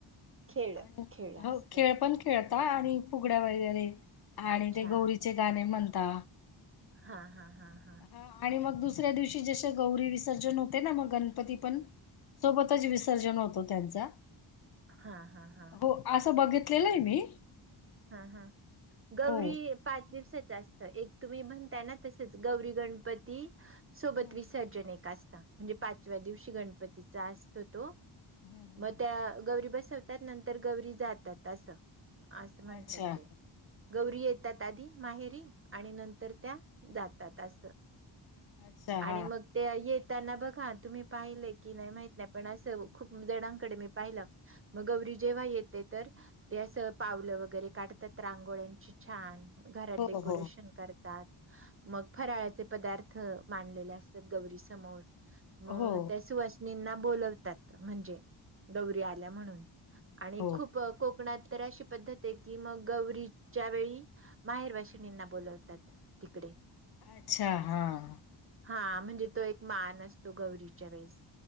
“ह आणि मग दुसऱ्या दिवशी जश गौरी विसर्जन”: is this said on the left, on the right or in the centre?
Left